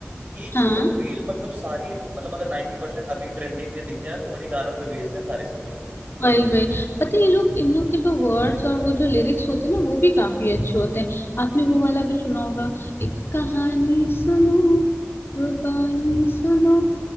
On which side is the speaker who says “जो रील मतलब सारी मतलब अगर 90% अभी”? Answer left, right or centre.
Right